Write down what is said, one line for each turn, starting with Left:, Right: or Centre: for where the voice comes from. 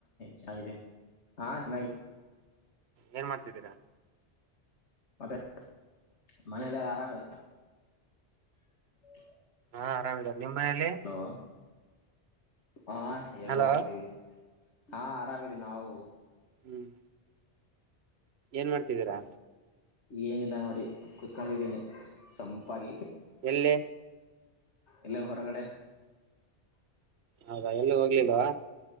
Left: ಚೆನಗಿದೆ ಹಾ ಚನಗಿದೆ
Right: ಏನ್ ಮಾಡ್ಸಿದ್ದೀರಾ <unintelligible>
Left: ಮತ್ತೆ <unintelligible> ಮನೆಯಲ್ಲಿ ಆರಾಮದ <inaudible>
Right: ಹಾ ಅರಮಿದರ ನಿಮ್ಮ್ ಮನೇಲಿ
Left: ಹಲೋ ಹಾ ಹೇಗೋ
Right: ಹಲೋ
Left: ಆರಾಮದೀವಿ <unintelligible> ಹಾ ಆರಾಮಿದಿ ನಾವು
Right: ಹ್ಮ್ ಏನ್ ಮಾಡ್ತಿದ್ದೀರಾ
Left: ಏನಿಲ್ಲ ನೋಡಿ ಕುತ್ಕೊಂಡಿದ್ದೀನಿ ಸಂಪಾಗಿ
Right: ಎಲ್ಲಿ
Left: ಇಲ್ಲೆ ಹೊರ್ಗಡೆ
Right: ಹೌದಾ ಎಲ್ಲೂ ಹೋಗ್ಲಿಲ್ವಾ